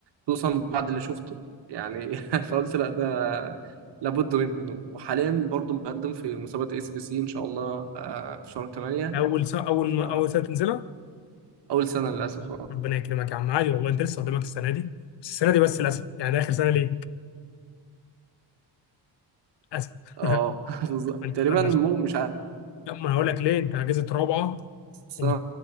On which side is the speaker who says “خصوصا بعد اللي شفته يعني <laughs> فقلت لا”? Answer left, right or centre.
Right